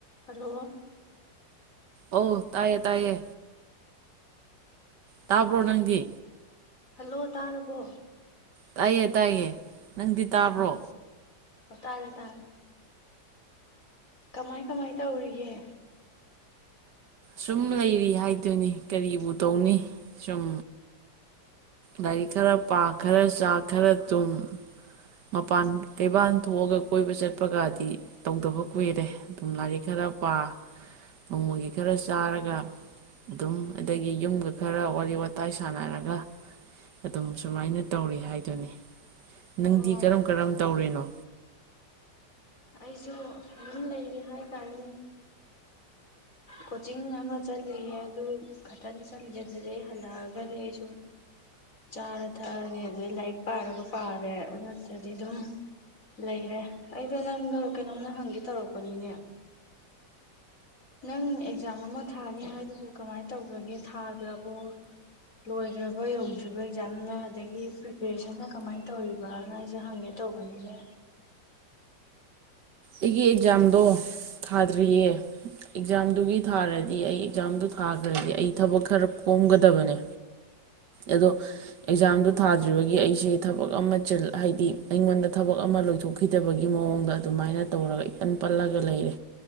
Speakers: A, on the left; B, on the right.
A: Hello.
B: ꯑꯣ ꯇꯥꯏꯌꯦ ꯇꯥꯏꯌꯦ ꯇꯥꯕ꯭ꯔꯣ ꯅꯪꯗꯤ꯫
A: ꯍꯜꯂꯣ ꯇꯥꯔꯕꯣ꯫
B: ꯇꯥꯏꯌꯦ ꯇꯥꯏꯌꯦ꯫ ꯅꯪꯗꯤ ꯇꯥꯕ꯭ꯔꯣ꯫
A: ꯑꯣ ꯇꯥꯔꯦ ꯇꯥꯔꯦ ꯀꯃꯥꯏ ꯀꯃꯥꯏ ꯇꯧꯔꯤꯒꯦ꯫
B: ꯁꯨꯝ ꯂꯩꯔꯤ ꯍꯥꯏꯗꯨꯅꯤ ꯀꯔꯤꯕꯨ ꯇꯧꯅꯤ ꯁꯨꯝ ꯂꯥꯏꯔꯤꯛ ꯈꯔ ꯄꯥ ꯈꯔ ꯆꯥ ꯈꯔ ꯇꯨꯝ ꯃꯄꯥꯟ ꯀꯩꯕꯥꯜ ꯊꯣꯛꯑꯒ ꯀꯣꯏꯕ ꯆꯠꯄꯒꯗꯤ ꯇꯧꯗꯕ ꯀꯨꯏꯔꯦ ꯑꯗꯨꯝ ꯂꯥꯏꯔꯤꯛ ꯈꯔ ꯄꯥ ꯅꯣꯡꯃꯒꯤ꯫ ꯈꯔ ꯆꯥꯔꯒ ꯑꯗꯨꯝ ꯑꯗꯒꯤ ꯌꯨꯝꯒ ꯈꯔ ꯋꯥꯔꯤ ꯋꯥꯇꯥꯏ ꯁꯥꯟꯅꯔꯒ ꯑꯗꯨꯝ ꯁꯨꯃꯥꯏꯅ ꯇꯧꯔꯤ ꯍꯥꯏꯗꯨꯅꯤ ꯅꯪꯗꯤ
A: ꯑꯣ
B: ꯀꯔꯝ ꯀꯔꯝ ꯇꯧꯔꯤꯅꯣ꯫
A: ꯑꯩꯁꯨ ꯑꯗꯨꯝ ꯂꯩꯔꯤ ꯍꯥꯏꯇꯥꯔꯦ ꯀꯣꯆꯤꯡ ꯑꯃ ꯆꯠꯂꯤꯌꯦ ꯑꯗꯨ ꯈꯛꯇꯅꯤ ꯆꯠꯂꯤꯁꯦ ꯑꯗꯨꯗꯩ ꯍꯜꯂꯛꯑꯒꯗꯤ ꯑꯩꯁꯨ ꯆꯥꯔ ꯊꯛꯑꯅꯤ ꯑꯗꯩ ꯂꯥꯏꯔꯤꯛ ꯄꯥꯔꯒ ꯄꯥꯔꯦ ꯑꯗꯨ ꯅꯠꯇ꯭ꯔꯗꯤ ꯑꯗꯨꯝ ꯂꯩꯔꯦ ꯑꯩꯗꯣ ꯅꯪ꯫ ꯀꯩꯅꯣꯃ ꯍꯪꯒꯦ ꯇꯧꯔꯛꯄꯅꯤꯅꯦ꯫ ꯅꯪ ꯑꯦꯛꯖꯥꯝ ꯑꯃ ꯊꯥꯅꯤ ꯍꯥꯏꯗꯨꯕꯨ ꯀꯃꯥꯏꯅ ꯇꯧꯈ꯭ꯔꯒꯦ ꯊꯥꯈ꯭ꯔꯕꯣ ꯂꯣꯏꯈ꯭ꯔꯕ ꯌꯧꯗ꯭ꯔꯤꯕ ꯑꯦꯛꯖꯥꯝꯅ ꯑꯗꯒꯤ ꯄ꯭ꯔꯤꯄꯦꯔꯦꯁꯟꯅ ꯀꯃꯥꯏꯅ ꯇꯧꯔꯤꯕꯥꯅ ꯑꯩꯁꯦ ꯍꯪꯒꯦ ꯇꯧꯕꯅꯤꯅꯦ꯫
B: ꯑꯩꯒꯤ ꯑꯦꯛꯖꯥꯝꯗꯣ ꯊꯥꯗ꯭ꯔꯤꯌꯦ ꯑꯦꯛꯖꯥꯝꯗꯨꯒꯤ ꯊꯥꯔꯗꯤ ꯑꯩ ꯑꯦꯛꯖꯥꯝꯗꯣ ꯊꯥꯈ꯭ꯔꯗꯤ ꯑꯩ ꯊꯕꯛ ꯈꯔ ꯀꯣꯝꯒꯗꯕꯅꯦ ꯑꯗꯣ ꯑꯦꯛꯖꯥꯝꯗꯣ ꯊꯥꯗ꯭ꯔꯤꯕꯒꯤ ꯑꯩꯁꯦ ꯊꯕꯛ ꯑꯃ ꯍꯥꯏꯗꯤ ꯑꯩꯉꯣꯟꯗ ꯊꯕꯛ ꯑꯃ ꯂꯣꯏꯊꯣꯛꯈꯤꯗꯕꯒꯤ ꯃꯑꯣꯡꯗ ꯑꯗꯨꯃꯥꯏꯅ꯫ ꯇꯧꯔꯒ ꯏꯄꯟ ꯄꯜꯂꯒ ꯂꯩꯔꯦ